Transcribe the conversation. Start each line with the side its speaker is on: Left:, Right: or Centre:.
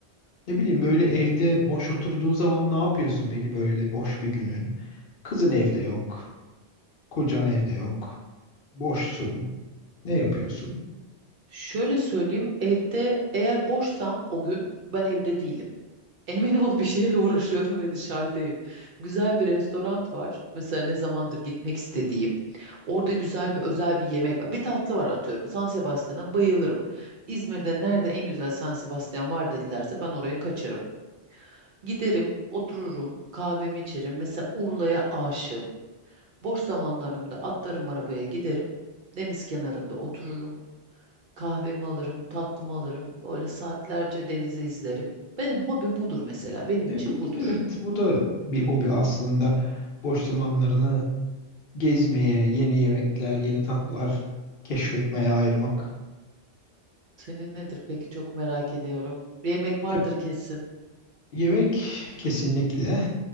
Left: Ne bileyim böyle evde boş oturduğun zaman ne yapıyorsun peki böyle boş bir günün? Kızın evde yok, kocan evde yok, boşsun. Ne yapıyorsun?
Right: Şöyle söyleyeyim, evde eğer boşsam o gün ben evde değilim. Emin ol bir şeyle uğraşıyorum ve dışarıdayım. Güzel bir restoran var. Mesela ne zamandır gitmek istediğim. Orada güzel bir özel bir yemek var. Bir tatlı var atıyorum. San Sebastian'a bayılırım. İzmir'de nerede en güzel San Sebastian var dedilerse ben oraya kaçarım. Giderim, otururum, kahvemi içerim. Mesela Urla'ya aşığım. Boş zamanlarımda atlarım arabaya giderim. Deniz kenarında otururum. Kahvemi alırım, tatlımı alırım. Böyle saatlerce denizi izlerim. Benim hobi budur mesela. Benim
Left: E
Right: için
Left: bu
Right: budur.
Left: evet bu da bir hobi aslında. Boş zamanlarını gezmeye, yeni yemekler, yeni tatlar keşfetmeye ayırmak.
Right: Senin nedir peki çok merak ediyorum. Bir yemek vardır
Left: E
Right: kesin.
Left: Yemek kesinlikle.